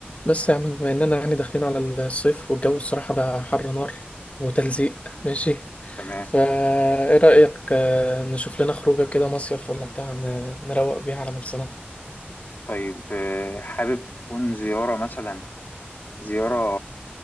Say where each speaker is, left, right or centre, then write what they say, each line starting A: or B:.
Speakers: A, on the left (about 35°); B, on the left (about 50°).
A: بس يا عم بما اننا يعني داخلين على الصيف والجو الصراحة بقى حر نار وتلزيق <laughs> ماشي
B: تمام
A: فا ايه رأيك آه، نشوف لنا خروجة كده مصيف ولا بتاع ن- نروق بيها على نفسنا
B: طيب آه، حابب تكون زيارة مثلا زيارة